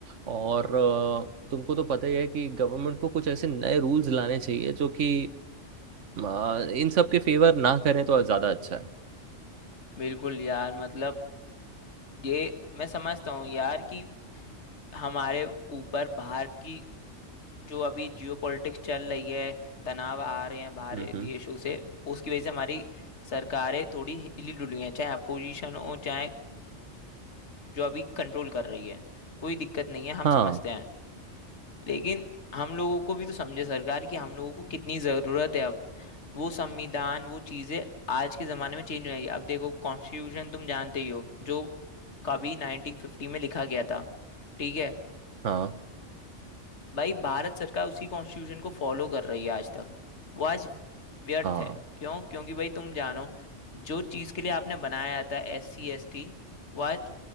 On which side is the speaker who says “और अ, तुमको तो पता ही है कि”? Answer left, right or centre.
Right